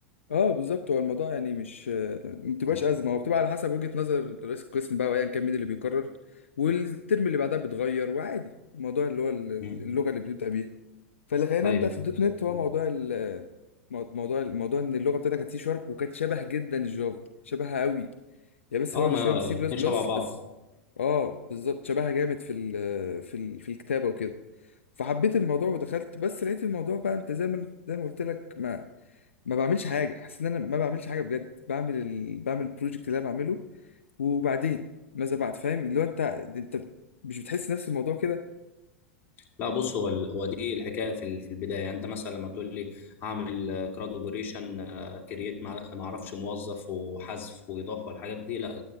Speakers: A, on the left; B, on the left.
A: اه بالظبط هو الموضوع يعني مش ما بتبقاش
B: مم.
A: ازمه هو بتبقى على حسب وجهه نظر رئيس القسم بقى وايا كان مين اللي بيقرر والترم اللي بعدها بيتغير وعادي الموضوع اللي هو ال-
B: مم.
A: اللغه اللي بنبدا بيها فاللي خلينا
B: ايوه
A: نبدا في الدوت
B: بالظبط
A: نت هو
B: كده.
A: موضوع ال مو- موضوع الموضوع ان اللغه بتاعتها كانت سي شارب وكانت شبه جدا الجافا شبهها قوي هي بس
B: اه
A: واخده
B: ما
A: شويه من سي
B: الاثنين
A: بلس بلس
B: شبه بعض
A: بس اه بالظبط شبهها جامد في ال في ال في الكتابه وكده فحبيت الموضوع ودخلت بس لقيت الموضوع بقى انت زي ما زي ما قلت لك ما بعملش حاجه حاسس ان انا ما بعملش حاجه بجد بعمل ال... بعمل البروجكت اللي انا بعمله وبعدين ماذا بعد فاهم اللي هو انت انت مش بتحس نفس الموضوع كده
B: لا بص هو ال- هو دي الحكايه في ال- في البدايه يعني انت مثلا لما تقول لي هعمل كراد اوبريشن كرييت ما اعرفش موظف وحذف واضافه والحاجات دي لا